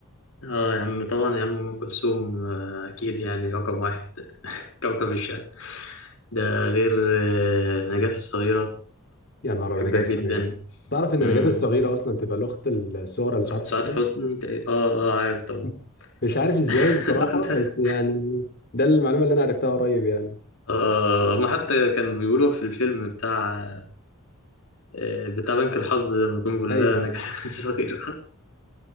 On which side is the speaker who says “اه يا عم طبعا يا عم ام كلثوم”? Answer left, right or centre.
Left